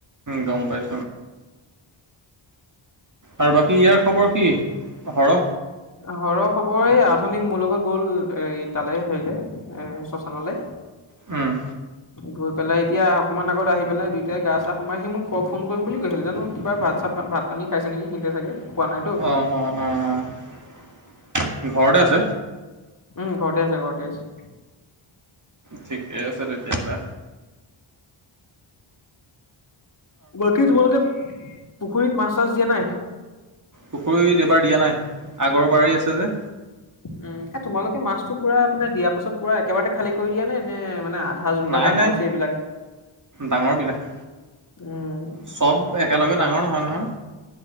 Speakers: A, on the right; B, on the left.
A: গম পাইছোঁ আৰু বাকী ইয়াৰ খবৰ কি হৰ
B: হৰ খবৰ, এই আথনি মোৰ লগত গ'ল এ তালৈ হেৰিলে এ শশানলৈ
A: হম,
B: গৈ পেলাই এতিয়া অকণমান, আগত আহি পাই দুইটাই গা চা সোমাই আহি মোক ফোন কৰিম বুলি কৈছিল, জানো কিবা ভাত চাত ভাত পানী খাইছে নেকি চাগে খোৱা নাইতো
A: অ', অ', অ', ঘৰতে আছে
B: উম, ঘৰতে আছে, ঘৰতে আছে
A: ঠিকে আছে, তেতিয়াহলে
B: বাকী তোমালোকে, পুখুৰীত মাছ চাছ দিয়া নাই
A: পুখুৰীত এইবাৰ দিয়া নাই, আগৰ বাৰেই আছে যে
B: উ, এ তোমালোকে মাছটো পুৰা মানে দিয়াৰ পাছত পুৰা, একেবাৰে খালী কৰি দিয়া নে নে মানে যোনবিলাক
A: নাই নাই
B: <unintelligible> এইবিলাক
A: ডাঙৰবিলাক
B: উম,
A: চব একেলগে ডাঙৰ নহয় নহয়